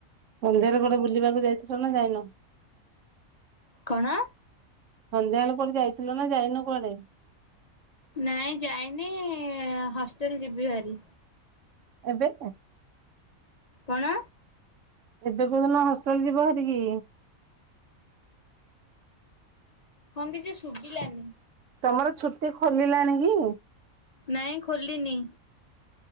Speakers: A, on the right; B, on the left.
A: ସନ୍ଧ୍ୟାରେ କୁଆଡେ ବୁଲିବାକୁ ଯାଇଥିଲ ନା ଯାଇନ?
B: କଣ?
A: ସନ୍ଧ୍ୟା ବେଳେ କୁଆଡେ ଯାଇଥିଲ ନା ଯାଇନ କୁଆଡେ?
B: ନାଇଁ ଯାଇନି ହଷ୍ଟେଲ ଯିବି ଭାରି।
A: ଏବେ?
B: କଣ?
A: ଏବେ କୋଉଦିନ ହଷ୍ଟେଲ୍ ଯିବ ହାରି କି?
B: ହଁ କିଛି ଶୁଗିଲାନି।
A: ତମର ଛୁଟି ଖୋଲିଲାଣି କି?
B: ନାଇଁ ଖୋଲିନି?